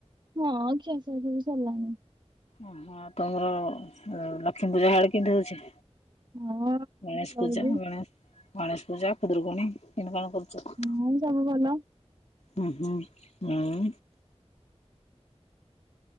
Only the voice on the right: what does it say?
ହଁ ଖିଆ ସିଆ ସବୁ ସରିଲାଣି।
ହଁ
ଭଲ ହଉଛି।
ହଁ ସବୁ ଭଲ।